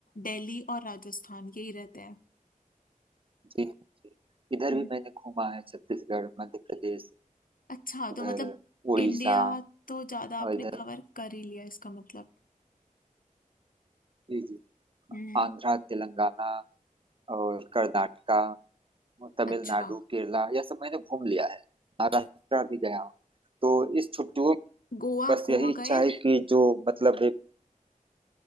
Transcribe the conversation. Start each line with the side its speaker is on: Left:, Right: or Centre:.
Left: दिल्ली और राजस्थान यही रहते हैं
Right: जी जी। इधर
Left: हम्म
Right: भी मैंने घूमा है छत्तीसगढ़ मध्य प्रदेश
Left: अच्छा
Right: उधर
Left: तो मतलब
Right: उड़ीसा
Left: इंडिया तो ज्यादा
Right: और
Left: आपने
Right: इधर
Left: कवर कर ही लिया इसका मतलब
Right: जी जी
Left: हम्म
Right: आंध्रा तेलंगाना और कर्नाटका तमिलनाडु
Left: अच्छा
Right: केरला यह सब मैंने घूम लिया है महाराष्ट्र भी गया हूँ तो इस छुट्टियों में
Left: गोवा
Right: बस
Left: गोवा
Right: यही इच्छा
Left: गए हैं?
Right: है कि जो मतलब है-